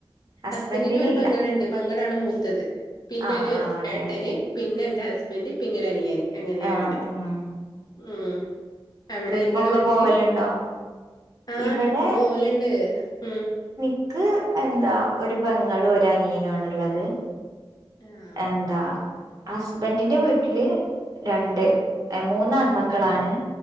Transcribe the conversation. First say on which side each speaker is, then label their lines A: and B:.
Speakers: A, on the right; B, on the left.
A: ഹസ്ബൻഡിനില്ല
B: ഹസ്ബന്റിനും ഒരു പെങ്ങള്ണ്ട്. പെങ്ങളാണ് മൂത്തത്. പിന്നെ
A: ആഹ്
B: ഒരു
A: ആഹ് അതെ
B: ഏട്ടന്,
A: അതെ
B: പിന്നെന്റെ ഹസ്ബന്റ് പിന്നെ ഒരു അനിയന്. അങ്ങനെയാ
A: ആഹ്
B: വര്ന്നേ.
A: ആഹ്
B: ഉം. അവിടെ
A: ട്രിപ്പൊക്കെ
B: ഇങ്ങളെ വീട്ടില്?
A: പോവലുണ്ടോ
B: ആഹ്
A: ഇവിടെ
B: ട്രിപ്പ് പോവല്ണ്ട്. ഉം
A: ക്ക് എന്താ ഒരു പെങ്ങളു ഒരനിയനു ആണ്ള്ളത്.
B: ആഹ്
A: എന്താ ഹസ്ബന്റിന്റെ വീട്ടില് രണ്ട്, മൂന്നാൺമക്കളാണ്.